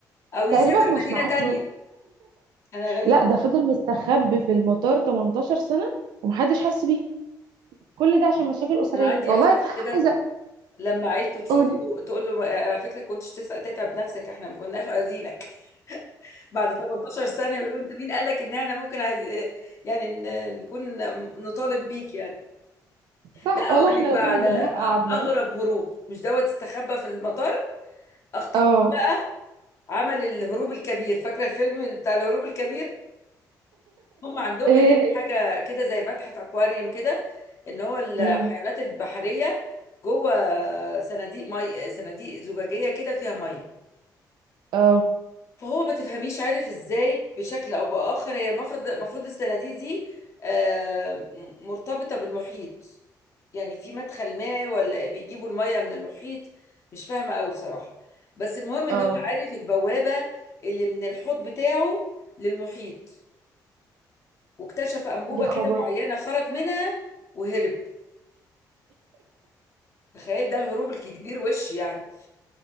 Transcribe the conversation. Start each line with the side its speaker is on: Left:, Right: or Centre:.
Left: او يسافر
Right: تقريبا مش
Left: مدينة
Right: معاه
Left: تانية
Right: فلوس
Left: انا غريبة
Right: لا ده فضل مستخبي في المطار 18 سنة ومحدش حس بيه كل ده عشان مشاكل أسرية
Left: انا عندي
Right: والله
Left: احساس كده
Right: عايزة
Left: لما عيلته تشوفه
Right: قولي
Left: تقول له "آه، على فكرة كنتش تسع- تتعب نفسك احنا ما كناش عايزينك بعد 18 سنة يقولوا انت مين قال لك ان احنا ممكن عايز يعني ن- نكون نطالب بيك يعني
Right: صح
Left: لا
Right: والله
Left: اقول
Right: احنا
Left: لك
Right: لو
Left: بقى
Right: كنا
Left: على
Right: جبناه وقعدناه
Left: اغرب هروب مش دوت استخبى في المطار اخطبوط
Right: اه
Left: ده عمل الهروب الكبير فاكرة الفيلم بتاع الهروب الكبير هم عندهم
Right: ايه
Left: هناك حاجة كده زي متحف اكواريوم كده ان هو الحيوانات
Right: امم
Left: البحرية جوه صناديق مي صناديق زجاجية كده فيها مية
Right: اه
Left: فهو ما تفهميش عارف ازاي بشكل او باخر هي المفروض المفروض الصناديق دي آه، م- مرتبطه بالمحيط يعني في مدخل ما ولا بيجيبوا الميه من المحيط مش فاهمه قوي بصراحه بس المهم ان
Right: اه
Left: هو عارف البوابه اللي من الحوض بتاعه للمحيط واكتشف انبوبه
Right: يا خبر
Left: كده معينه خرج منها وهرب تخيل ده الهروب الكبير وش يعني